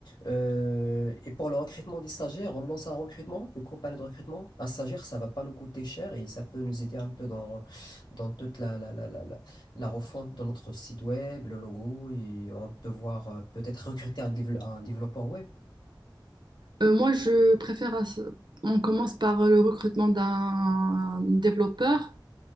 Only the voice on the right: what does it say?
Euh, moi, je préfère, à ce- on commence par le recrutement d'un développeur